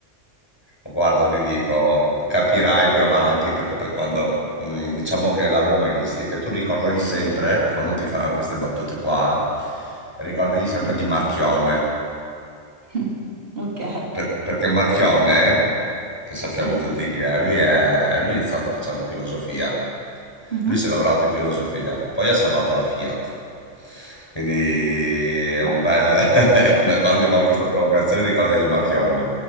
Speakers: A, on the left; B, on the right.
A: guarda, ti dico, capirai più avanti perché poi quando, mm, diciamo che le lauree umanistiche, tu ricordagli sempre, quando ti faranno queste battute qua, ricordagli sempre di Marchionne,
B: <laughs> Ok,
A: Per- perché Marchionne, che sappiamo
B: sì.
A: tutti chi è, lui è, lui è iniziato facendo filosofia.
B: Mhm.
A: Lui si è laureato in filosofia, poi ha salvato la Fiat. Quindi è
B: Beh,
A: un bel... <laughs> quando gli fanno questa provocazione ricordagli Marchionne.